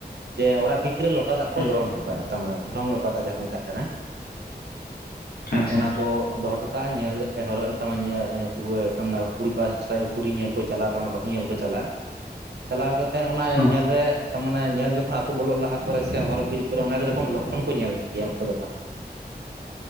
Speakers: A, on the right; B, on the left.
A: ᱡᱮ ᱚᱲᱟᱜ ᱵᱷᱤᱛᱨᱤ ᱞᱚᱴᱟ ᱨᱮ ᱫᱟᱜ
B: ᱦᱩᱸ
A: ᱠᱚ ᱫᱷᱚᱨᱚᱢ ᱦᱚᱴᱚᱜᱠᱟᱜᱟ ᱛᱟᱨ ᱢᱟᱱᱮ ᱫᱷᱚᱨᱚᱢ ᱞᱚᱴᱟ ᱫᱟᱜ ᱡᱟᱦᱟᱸ ᱠᱚ ᱢᱮᱛᱟᱜ ᱠᱟᱱᱟ᱾
B: ᱟᱪᱪᱷᱟ
A: ᱚᱱᱟ ᱠᱚ ᱫᱚᱦᱚ ᱦᱚᱴᱚ ᱠᱟᱜᱼᱟ ᱧᱮᱞ <unintelligible> ᱧᱮᱞ <unintelligible> ᱛᱟᱨ ᱢᱟᱱᱮ ᱠᱩᱲᱤ ᱯᱟ- <unintelligible> ᱠᱩᱲᱤ ᱧᱮᱞ ᱠᱚ ᱪᱟᱞᱟᱜᱼᱟ ᱛᱟᱨᱢᱟᱱᱮ ᱵᱟᱹᱦᱩ ᱧᱮᱞ ᱠᱚ ᱪᱟᱞᱟᱜᱼᱟ ᱾ ᱪᱟᱞᱟᱣ ᱠᱟᱛᱮ ᱚᱱᱟ
B: ᱦᱚᱸ
A: ᱧᱮᱞ ᱨᱮ ᱛᱟ ᱢᱟᱱᱮ ᱧᱮᱞ ᱡᱚᱠᱷᱚᱱᱛᱳ ᱵᱚᱞᱚᱜ ᱞᱟᱦᱟ ᱠᱚᱨᱮ ᱥᱮ ᱦᱚᱨ ᱵᱤᱨ ᱠᱚᱨᱮ ᱚᱱᱟ ᱜᱮ ᱨᱚᱠᱚᱢ ᱞᱚᱠᱷᱚᱱ ᱠᱚ ᱧᱮᱞ ᱠᱮᱭᱟ ᱩᱱᱠᱩ ᱫᱚ ᱛᱟᱨ ᱢᱟᱱᱮ